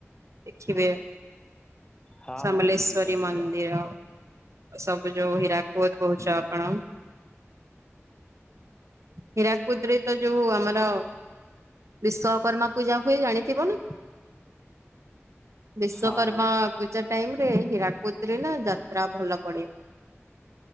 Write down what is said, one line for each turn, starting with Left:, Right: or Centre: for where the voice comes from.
Right: ଦେଖିବେ
Left: ହଁ
Right: ସମଲେଶ୍ଵରୀ
Left: ହଁ ଯିବା
Right: ମନ୍ଦିର।
Left: ଯିବା
Right: ସବୁ ଯୋଉ ହୀରାକୁଦ କହୁଛ
Left: ହୁଁ
Right: ଆପଣ। ହୀରାକୁଦରେ ତ ଯୋଉ ଆମର ବିଶ୍ଵକର୍ମା ପୂଜା ହୁଏ ଜାଣିଥିବନି। ବିଶ୍ଵକର୍ମା
Left: ହଁ ହଁ।
Right: ପୂଜା ଟାଇମ ହୀରାକୁଦ ରେ ନା ଯାତ୍ରା ଭଲ ପଡେ